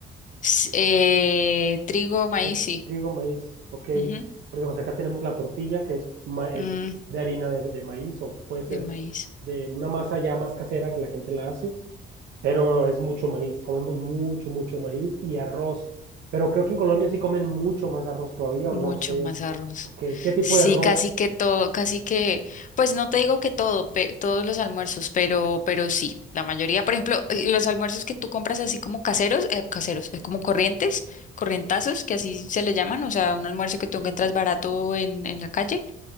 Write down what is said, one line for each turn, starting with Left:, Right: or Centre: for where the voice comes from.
Left: S- eh, trigo, maíz,
Right: Es
Left: sí.
Right: trigo, maíz, ok.
Left: Ujú.
Right: Porque pues acá tenemos la tortilla que es, ma- es
Left: Mm,
Right: de harina de, de maíz o puede ser
Left: de maíz.
Right: de una masa ya más casera que la gente la hace. pero es mucho maíz, comemos mucho, mucho maíz y arroz, pero creo que en Colombia sí comen mucho más arroz todavía,
Left: Mucho
Right: o no sé,
Left: más arroz.
Right: ok, ¿qué tipo
Left: Sí,
Right: de arroz?
Left: casi que todo, casi que, pues no te digo que todo, pe- todos los almuerzos, pero, pero sí, la mayoría, por ejemplo, eh, los almuerzos que tú compras así como caseros, eh, caseros, es como corrientes, corrientazos, que así se le llaman, o sea, un almuerzo que tú encuentras barato en, en la calle,